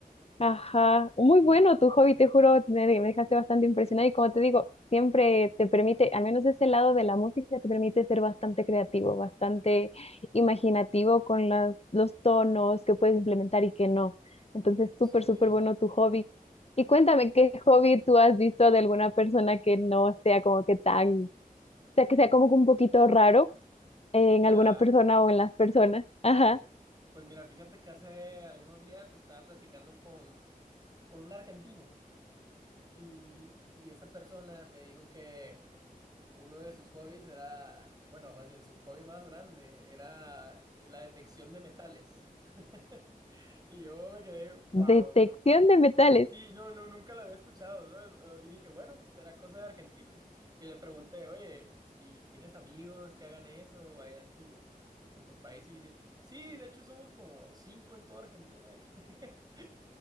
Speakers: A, on the left (about 45°); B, on the right (about 25°).
A: Ajá, muy bueno tu hobby, te juro, me, me dejaste bastante impresionada y como te digo, siempre te permite, al menos de ese lado de la música, te permite ser bastante creativo, bastante imaginativo con las, los tonos que puedes implementar y que no. Entonces, súper,
B: Sí.
A: súper bueno tu hobby. Y cuéntame, ¿qué hobby tú has visto de alguna persona que no sea como que tan, o sea, que sea como que un poquito raro en
B: Ya.
A: alguna persona o en las personas? Ajá,
B: Pues mira, fíjate que hace algunos días estaba platicando con, con un argentino y, y esa persona me dijo que uno de sus hobbies era, bueno, más bien su hobby más grande era la detección de metales. <laughs> Y yo me quedé, wow,
A: detección
B: no, no.
A: de metales.
B: Sí, no, no, nunca lo había escuchado, ¿sabes? Eh, Y dije, bueno, será cosa de argentinos. Y le pregunté, oye, ¿y tienes amigos que hagan eso allá en tu, en tu país? Y dice, sí, de hecho somos como cinco en toda Argentina. Que,